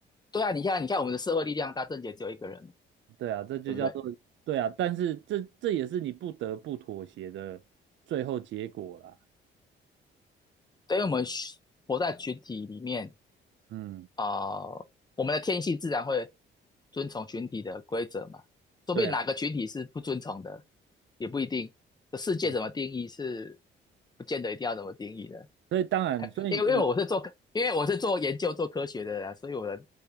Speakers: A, on the left; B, on the right.
A: 对啊，你看你看我们的社会力量大，正结只有一个人嘛，
B: 对啊，这就叫做对啊。
A: 对不对？
B: 但是这这也是你不得不妥协的最后结果啦。
A: 对于我们群活在群体里面，
B: 嗯，
A: 啊、呃我们的天性自然会遵从群体的规则嘛，说不定哪个群体是不遵从的，
B: 对啊。
A: 也不一定。这世界怎么定义是
B: 嗯，
A: 不见得一定要怎么定义的，
B: 所以当然，所以你
A: 因为因为我是做因为我是做研究做科学的人啊，所以我的